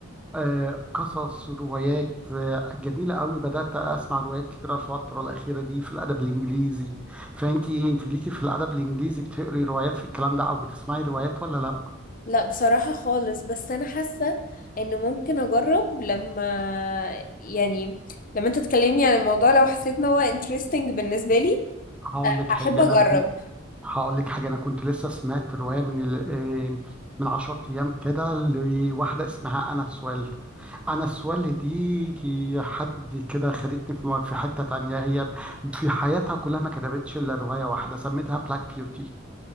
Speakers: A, in the centre; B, on the left.
A: آه، قصص روايات آه، جميلة قوي بدأت أسمع روايات كتيرة الفترة الأخيرة دي في الأدب الإنجليزي فأنت إيه أنت ليكي في الأدب الإنجليزي بتقري روايات في الكلام ده أو بتسمعي روايات ولا لأ؟
B: لا بصراحة خالص بس أنا حاسة إن ممكن أجرب لما يعني لما أنت تكلمني عن الموضوع لو حسيت إن هو interesting بالنسبة لي
A: هقول لك
B: هحب
A: حاجة
B: أجرب
A: أنا كنت هقول لك حاجة أنا كنت لسه سمعت رواية من ال... آه، من عشرة أيام كده لواحدة اسمها أنا سوال أنا سوال دي حد كده خدتني في م- في حتة تانية هي في حياتها كلها ما كتبتش إلا رواية واحدة سميتها بلاك بيوتي